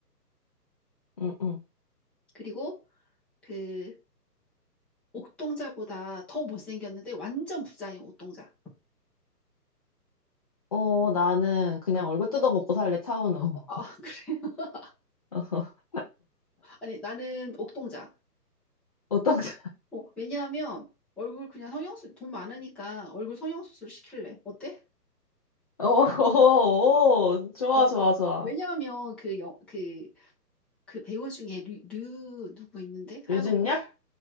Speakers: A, on the left (about 25°); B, in the centre.
A: 응, 응.
B: 그리고 그 옥동자보다 더 못생겼는데 완전 부자인 옥동자.
A: 어, 나는 그냥 얼굴 뜯어먹고 살래, 차은우.
B: 어, 아, <laughs> 그래요?
A: <laughs>
B: 아니, 나는 옥동자.
A: 어떤, <laughs>
B: 어, 왜냐하면 얼굴 그냥 성형수 돈 많으니까 얼굴 성형수술 시킬래. 어때?
A: 오, 오, 오, 좋아,
B: 어.
A: 좋아, 좋아.
B: 왜냐하면 그 영, 그, 그 배우 중에 류, 류 누구 있는데? 하여간
A: 유준열?
B: 그